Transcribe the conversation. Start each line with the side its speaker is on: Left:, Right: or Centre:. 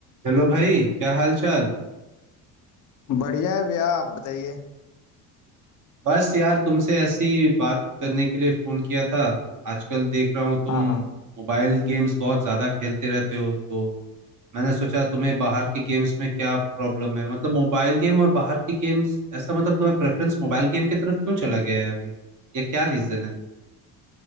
Right: Hello भाई क्या हाल चाल
Left: बढ़िया है भैया आप बताइए
Right: बस यार तुमसे ऐसी बात करने के लिए फोन किया था आजकल देख रहा हूँ तुम
Left: हाँ हाँ
Right: मोबाइल गेम्स बहुत ज्यादा खेलते रहते हो तो मैंने सोचा तुम्हें बाहर के गेम्स में क्या प्रॉब्लम है मतलब मोबाइल गेम और बाहर के गेम्स ऐसा मतलब तुम्हारा प्रेफरेंस मोबाइल गेम की तरफ क्यों चला गया है अभी या क्या रीजन है